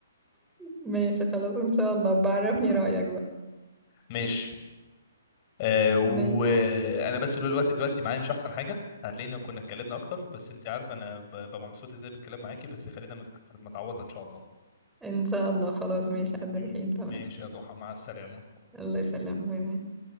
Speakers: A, in the centre; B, on the left (about 30°).
A: ماشي خلاص ان شاء الله بعرفني
B: آه.
A: رأيك بقى
B: ماشي آه وانا
A: ماشي
B: بس لولا الوقت دلوقتي معايا مش احسن حاجه هتلاقينا كنا اتكلمنا اكتر بس انت عارفه انا ب- ببقى مبسوط ازاي بالكلام معاكي بس خلينا مت- متعوضه ان شاء الله
A: ان شاء الله خلاص ماشي قد الحين
B: م-
A: تمام
B: ماشي يا ضحى مع السلامه
A: الله يسلمك باي باي